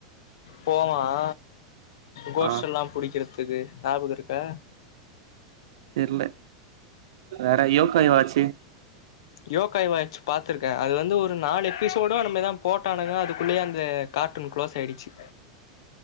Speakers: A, on the left; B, on the right.
A: போவான் கோஷ்ட்
B: ஆ
A: எல்லாம் புடிக்கிறது க்கு ஞாபக இருக்கா
B: தெர்ல வேற யோகை வாட்ச்சி
A: யோகாய் வாட்ச் பாத்துருக்கேன் அது வந்து ஒரு நாலு எபிசோடோ அந்த மாரி தான் போட்டானுங்க அதுக்குள்ளயே அந்த கார்ட்டூன் க்ளோஸ் ஆயிடுச்சு